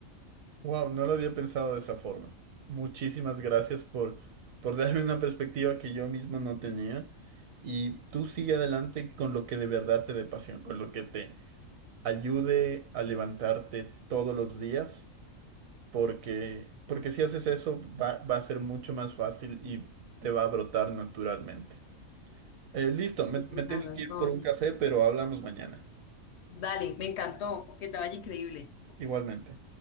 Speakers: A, on the right; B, on the left.
A: Wow, no lo había pensado de esa forma. Muchísimas gracias por, por darme una perspectiva que yo mismo no tenía. Y tú sigue adelante con lo que de verdad te dé pasión, con lo que te ayude a levantarte todos los días, porque, porque si haces eso va, va a ser mucho más fácil y te va a brotar naturalmente. Eh, listo, me,
B: Tienes
A: me tengo
B: razón.
A: que ir por un café, pero hablamos mañana.
B: Dale, me encantó, que te vaya increíble.
A: Igualmente.